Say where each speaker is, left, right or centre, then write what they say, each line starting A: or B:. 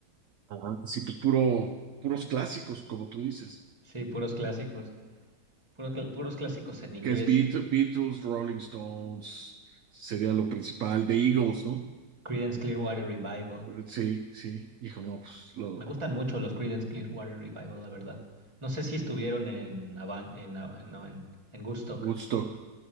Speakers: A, on the right (about 60°); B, on the right (about 15°).
A: Ah, sí, pues puro, puros clásicos, como tú dices.
B: Sí, puros clásicos, puro cl- puros clásicos en inglés.
A: que es Beat- Beatles, Rolling Stones, sería lo principal, The Eagles, ¿no?
B: Creedence Clearwater Revival.
A: Sí, sí, hijo, no, pues lo,
B: Me gustan mucho los Creedence Clearwater Revival, la verdad. No sé si estuvieron en Avan- en, Av- no, en, en Woodstock,
A: Woodstock,